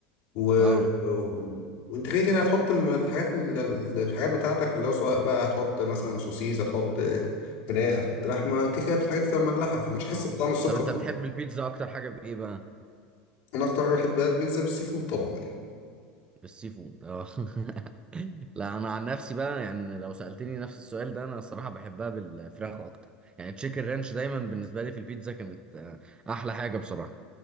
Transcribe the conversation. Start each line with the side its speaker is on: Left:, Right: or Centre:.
Left: و...
Right: اه
Left: و... وانت كده كده هتحط من الحاجات ال- ال- الحاجات بتاعتك اللي هو سواء بقى هتحط مثلا سوسيس هتحط فراخ هتحط لحمة كده كده الحاجات دي تبقى مملحة فمش
Right: اه
Left: هتحس بطعم السكر
Right: طب انت بتحب البيتزا اكتر حاجة بايه بقى
Left: انا اكتر حاجه بحبها البيتزا بالسي فود طبعا يعني
Right: بالسي فود اه <laughs> لا انا عن نفسي بقى يعني لو سألتني نفس السؤال ده انا الصراحة بحبها بالفراخ اكتر يعني تشيكن رانش دايما بالنسبة لي في البيتزا كانت آه، احلى حاجة بصراحة